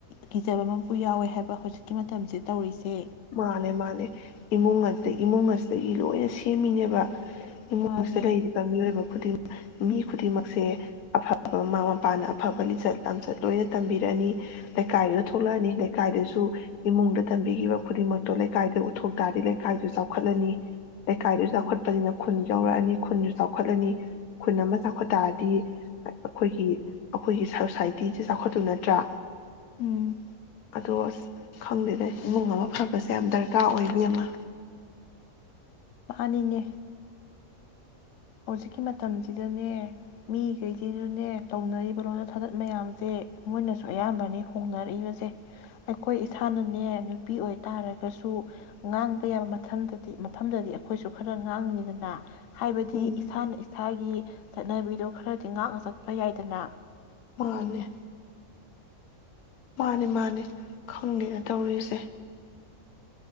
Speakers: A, on the left; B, on the left.
A: ꯀꯤꯖꯕ ꯑꯃꯄꯨ ꯌꯥꯎꯋꯦ ꯍꯥꯏꯕ ꯍꯧꯖꯤꯛ ꯃꯇꯝꯁꯦ ꯇꯧꯔꯤꯁꯦ
B: ꯃꯥꯅꯦ ꯃꯥꯅꯦ ꯏꯃꯨꯡ ꯏꯃꯨꯡ ꯑꯁꯤꯗꯒꯤ ꯂꯣꯏꯅ ꯁꯦꯝꯃꯤꯅꯦꯕ ꯏꯃꯨꯡꯁꯤꯗ
A: ꯃꯥꯅꯦ
B: ꯂꯩꯔꯤꯕ ꯃꯤꯑꯣꯏꯕ ꯈꯨꯗꯤꯡꯃꯛ ꯃꯤ ꯈꯨꯗꯤꯡꯃꯛꯁꯦ ꯑꯐꯕ ꯃꯃꯥ ꯃꯄꯥꯅ ꯑꯐꯕ ꯂꯤꯆꯠ ꯂꯆꯠ ꯂꯣꯏꯅ ꯇꯝꯕꯤꯔꯛꯑꯅꯤ ꯂꯩꯀꯥꯏꯗꯨꯗ ꯊꯣꯛꯂꯛꯑꯅꯤ ꯂꯩꯀꯥꯏꯗꯨꯗꯁꯨ ꯏꯃꯨꯡꯗ ꯇꯝꯕꯤꯈꯤꯕ ꯈꯨꯗꯤꯡꯃꯛꯇꯣ ꯂꯩꯀꯥꯏꯗ ꯎꯠꯊꯣꯛ ꯇꯥꯔꯗꯤ ꯂꯩꯀꯥꯏꯁꯨ ꯆꯥꯎꯈꯠꯂꯅꯤ ꯂꯩꯀꯥꯏꯗꯣ ꯆꯥꯎꯈꯠꯄꯅꯤꯅ ꯈꯨꯟ ꯌꯧꯔꯛꯑꯅꯤ ꯈꯨꯟꯁꯨ ꯆꯥꯎꯈꯠꯂꯅꯤ ꯈꯨꯟ ꯑꯃ ꯆꯥꯎꯈꯠ ꯇꯥꯔꯗꯤ ꯑ ꯑꯩꯈꯣꯏꯒꯤ ꯑꯩꯈꯣꯏꯒꯤ ꯁꯣꯁꯥꯏꯇꯤꯁꯦ ꯆꯥꯎꯈꯠꯇꯨ ꯅꯠꯇ꯭ꯔꯥ
A: ꯎꯝ
B: ꯑꯗꯣ ꯑꯁ ꯈꯪꯗꯦꯗ ꯏꯃꯨꯡ ꯑꯃ ꯐꯕꯁꯦ ꯌꯥꯝ ꯗꯔꯀꯥꯔ ꯑꯣꯏ ꯏꯕꯤꯝꯃ
A: ꯄꯅꯤꯅꯦ ꯍꯧꯖꯤꯛꯀꯤ ꯃꯇꯝꯁꯤꯗꯅꯦ ꯃꯤꯒꯩꯁꯤꯖꯨꯅꯦ ꯇꯧꯅꯔꯤꯕ ꯂꯣꯟꯗ ꯁꯖꯠ ꯃꯌꯥꯝꯖꯦ ꯃꯣꯏꯅꯁꯨ ꯑꯌꯥꯝꯕꯅꯤ ꯍꯣꯡꯅꯔꯛꯏꯕꯁꯦ ꯑꯩꯈꯣꯏ ꯏꯁꯥꯅꯅꯦ ꯅꯨꯄꯤ ꯑꯣꯏꯇꯥꯥꯔꯒꯁꯨ ꯉꯥꯡꯕ ꯌꯥꯕ ꯃꯊꯟꯗꯗꯤ ꯃꯐꯝꯗꯗꯤ ꯑꯥꯈꯣꯏꯁꯨ ꯈꯔ ꯉꯥꯡꯅꯤꯗꯅ ꯍꯥꯏꯕꯗꯤ
B: ꯎꯝ
A: ꯏꯁꯥꯅ ꯏꯁꯥꯒꯤ ꯆꯠꯅꯕꯤꯗꯣ ꯈꯔꯗꯤ ꯉꯥꯛꯅ ꯆꯠꯄ ꯌꯥꯏꯗꯅ
B: ꯃꯥꯅꯦ ꯃꯥꯅꯦ ꯃꯥꯅꯦ ꯈꯪꯗꯦꯗ ꯇꯧꯔꯤꯖꯦ